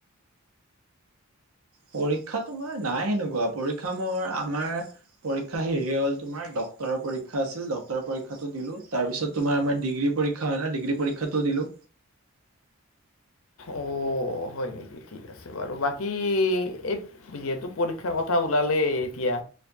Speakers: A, on the right (about 80°); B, on the left (about 70°).
A: পৰীক্ষাটো নাই সেনেকুৱা পৰীক্ষা মোৰ আমাৰ পৰীক্ষা শেষেই হ'ল তোমাৰ, ডক্তৰৰ পৰীক্ষা আছিল ডক্তৰৰ পৰীক্ষাটো দিলোঁ। তাৰপিছত তোমাৰ, আমাৰ ডিগ্ৰী পৰীক্ষা হয় ন ডিগ্ৰী পৰীক্ষাটো দিলো।
B: অ' হয় নেকি? ঠিক আছে বাৰু, বাকী এই যিহেতু পৰীক্ষাৰ কথা ওলালেই এতিয়া